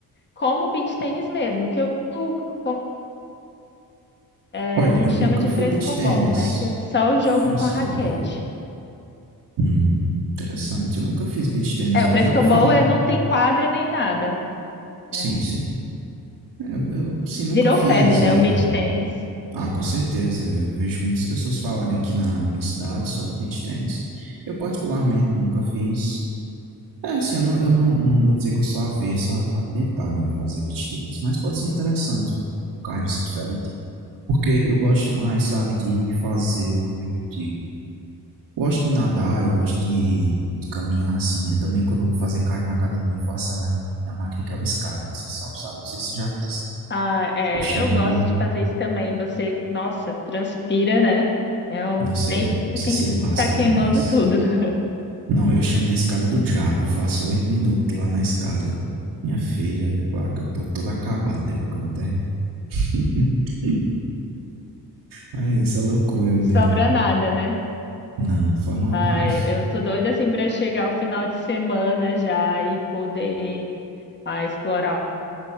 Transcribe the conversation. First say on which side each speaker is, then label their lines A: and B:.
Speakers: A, on the left; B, on the right.
A: como beach tennis mesmo, que eu- co- é,
B: Olha,
A: a gente
B: eu nunca
A: chama de
B: fui
A: frescobol,
B: beat tênis,
A: né? Que é só o jogo
B: Frescobol.
A: com a raquete.
B: Hum. Interessante. Eu nunca fiz beach tennis,
A: É,
B: não.
A: o frescobol
B: Já ouvi falar.
A: é, não tem quadra nem nada. É.
B: Sim, sim. É, Eu, eu, sim, nunca
A: Virou
B: fiz.
A: febre, né,
B: é.
A: o beach tennis.
B: Ah, com certeza. Eu vejo muitas pessoas falarem aqui na, na minha cidade sobre beach tennis. Eu, particularmente, nunca fiz. É, assim, eu não, eu não, não vou dizer que eu sou avesso a, a tentar, né, fazer beach tennis. Mas pode ser interessante, um, um cardiozinho diferente. Porque eu gosto mais, sabe, de fazer, como é que eu digo? Gosto de nadar, eu gosto de, de caminhar assim. Eu também, quando eu vou fazer cardio na academia, eu faço a, a máquina que é uma escada que você sobe, sabe? Não sei se você já fez essa.
A: Ah, é,
B: Eu chamo
A: eu gosto
B: de.
A: de fazer isso também. Você, nossa, transpira, né? É um
B: Não sei,
A: bem
B: você
A: assim
B: se
A: que
B: lasca
A: tá queimando
B: demais.
A: tudo. <laughs>
B: Não, eu chamo de escada do diabo. Eu faço oito minutos lá na escada. Minha filha, tipo, ah, eu tô todo acabado depois quando eu termino. <laughs> Mas isso é loucura
A: Não
B: mesmo.
A: sobra
B: viu?
A: nada, né?
B: Não, de forma alguma.
A: Ai, eu tô doida assim para chegar o final de semana já e poder ah, explorar,